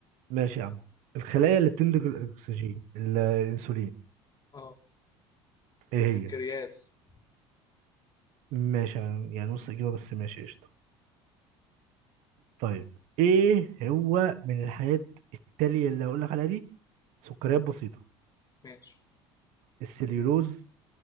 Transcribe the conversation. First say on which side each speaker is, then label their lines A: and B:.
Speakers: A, on the right; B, on the left.
A: ماشي يا عم الخلايا اللي بتنتج الاكسجين الانسولين
B: اه
A: ايه هي
B: بنكرياس
A: ماشي يعني يعني نص اجابه بس ماشي قشطه طيب ايه هو من الحاجات التاليه اللي هقول لك عليها دي سكريات بسيطه
B: ماشي
A: السليولوز